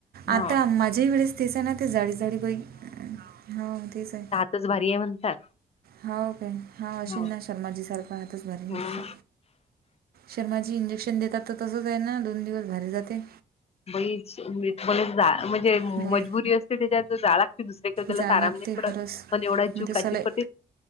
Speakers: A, on the left; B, on the right.
A: हा
B: आता माझ्याही वेळेस तेस ना ते जाडी. जाडी बाई हो तीच आहे.
A: तिचं भारी आहे म्हणतात.
B: होव काय हां, अशीन
A: हा
B: ना शर्माजी सारखं हातच भारीन
A: हम्म.
B: दिसा. शर्माजी इंजेक्शन देतात तर, तसंच आहे ना दोन दिवस भारी जाते
A: बाई मला जा म्हणजे मजबुरी
B: मग
A: असते, तेच्या जाला दुसरीकडे तुला
B: जा लागते
A: आराम नाही पडत,
B: खरंच
A: पण एवढा जूकाची
B: मी ते सलाय
A: पटीत.